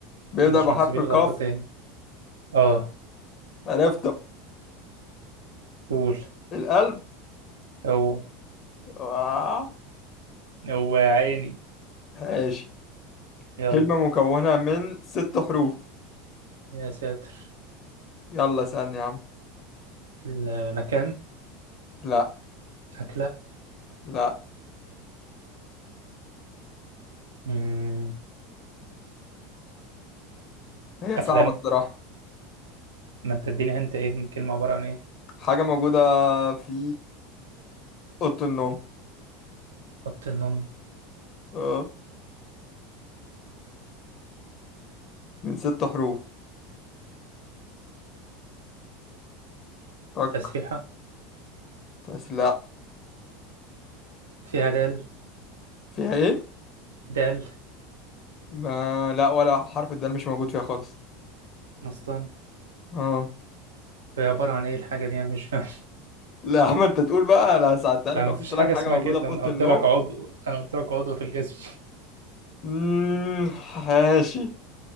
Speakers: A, on the left; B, on the right.
A: بيبدا
B: مش
A: بحرف
B: محسوبين
A: القاف
B: غلطتين آه
A: عرفته
B: قول
A: القلب
B: هو
A: آه.
B: هو يا عيني
A: ماشي
B: يلا
A: كلمه مكونه من ست حروف
B: يا ساتر
A: يلا اسالني يا عم
B: المكان
A: لا
B: أكلة
A: لا
B: مم.
A: هي
B: أفلام
A: صعبه الصراحه
B: ما أنت اديني أنت إيه الكلمة عبارة عن إيه
A: حاجه موجوده في اوضه النوم
B: أوضة النوم
A: اه من ست حروف فك
B: تسريحة
A: بس لا
B: فيها دال
A: فيها ايه
B: دال
A: ما لا ولا حرف الدال مش موجود فيها خالص
B: اصلا
A: اه
B: هي عباره عن ايه الحاجه دي انا مش فاهم
A: لا ما انت تقول بقى انا ساعدتها
B: <laughs>
A: لك
B: انا مفيش
A: قلت لك
B: حاجه
A: حاجه
B: اسمها
A: موجوده
B: كده
A: في اوضه
B: انا قلت
A: النوم
B: لك عضو انا قلت لك عضو في الجسم
A: امم ماشي